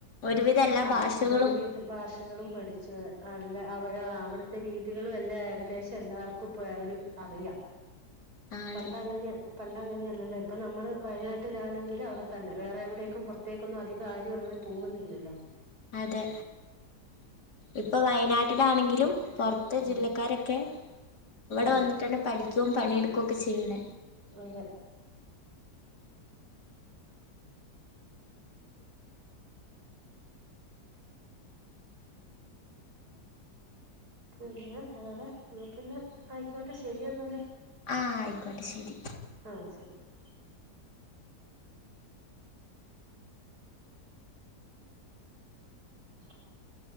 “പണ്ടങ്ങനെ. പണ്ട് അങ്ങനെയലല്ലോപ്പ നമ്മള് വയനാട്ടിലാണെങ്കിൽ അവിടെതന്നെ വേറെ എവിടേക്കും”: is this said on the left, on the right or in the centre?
Right